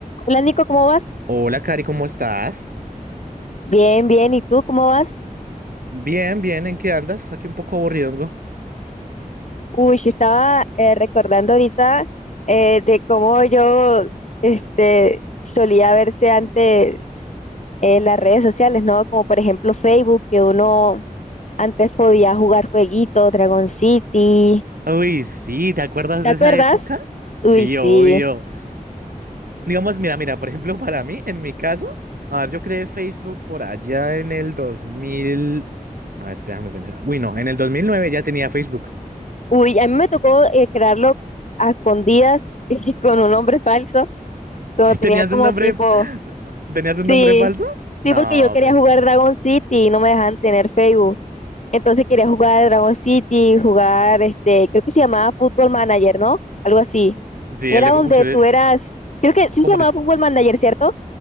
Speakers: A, on the left; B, on the right.
A: Hola Nico, ¿cómo vas?
B: Hola, Cari, ¿cómo estás?
A: Bien, bien. ¿Y tú cómo vas?
B: Bien, bien, ¿en qué andas? Aquí un poco aburrido.
A: Uy, sí, estaba eh, recordando ahorita eh, de cómo yo este, solía verse antes en las redes sociales, ¿no? Como por ejemplo Facebook, que uno antes podía jugar jueguitos, Dragon City.
B: Uy, sí, ¿te acuerdas
A: ¿Te
B: de
A: acuerdas?
B: esa época? Sí,
A: Uy, sí.
B: obvio. Digamos, mira, mira, por ejemplo, <laughs> para mí, en mi caso, a ver, yo creé Facebook por allá en el 2000. A ver, déjame pensar. Uy, no, en el 2009 ya tenía Facebook.
A: Uy, a mí me tocó eh, crearlo a escondidas <laughs> con un nombre falso,
B: <laughs>
A: cuando
B: ¿Sí
A: tenía
B: tenías
A: como
B: un nombre?
A: tipo
B: ¿Tenías
A: Sí,
B: un nombre falso? No,
A: sí, porque yo quería
B: como.
A: jugar Dragon City y no me dejaban tener Facebook. Entonces quería jugar Dragon City, jugar, este, creo que se llamaba Football Manager, ¿no? Algo así.
B: Sí,
A: Era
B: el de...
A: donde
B: Uy, eres
A: tú eras, creo que sí
B: como
A: se llamaba
B: el...
A: Football Manager, ¿cierto?